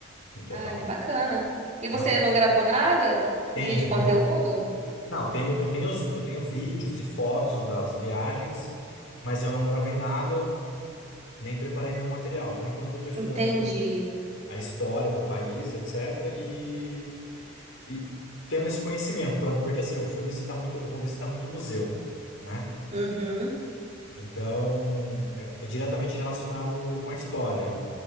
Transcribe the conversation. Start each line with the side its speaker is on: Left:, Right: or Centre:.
Left: no total.
Right: Ai, que bacana. E
Left: Mas
Right: você não gravou nada
Left: tenho,
Right: de de conteúdo?
Left: tenho, não, tenho, eu tenho, os- eu tenho vídeos e fotos das viagens, mas eu não gravei nada, nem preparei nenhum material. Por enquanto eu estou estudando
Right: Entendi.
Left: a história do país, etc. E, e tendo esse conhecimento, pra, porque assim, eu fui visitar muito, eu vou visitar muito museu, né?
Right: Uhum.
Left: Então, é é diretamente relacionado com a história.